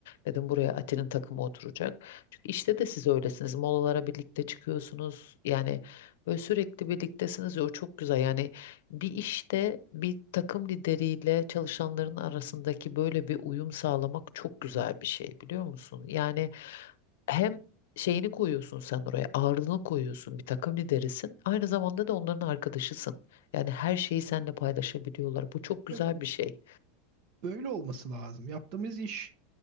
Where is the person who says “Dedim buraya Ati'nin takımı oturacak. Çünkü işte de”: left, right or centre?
Left